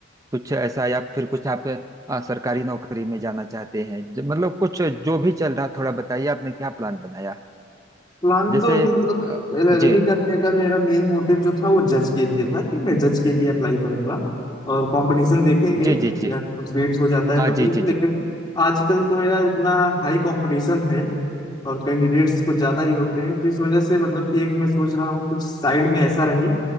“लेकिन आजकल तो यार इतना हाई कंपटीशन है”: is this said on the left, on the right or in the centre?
Left